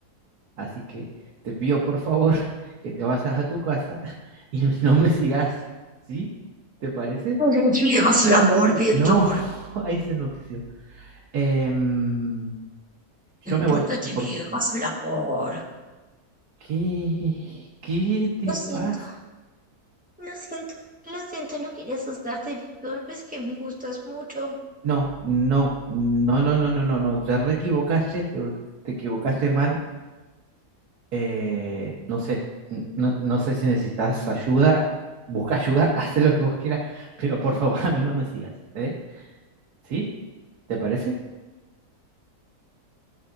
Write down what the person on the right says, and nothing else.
Así que te pido por favor <laughs> que te vayas a tu casa <laughs> y no me sigas, ¿sí? ¿Te parece?
No, <laughs> ahí se enloqueció. Em, yo me voy,
porque...
¿Qué? ¿Qué te
pasa?
No, no, no, no, no, no, no, no, te re equivocaste, te, te equivocaste mal, eh, no sé, n- no, no sé si necesitas ayuda, busca ayuda, <laughs> haz lo que vos quieras, pero por favor a mí no me sigas, ¿eh? ¿Sí? ¿Te parece?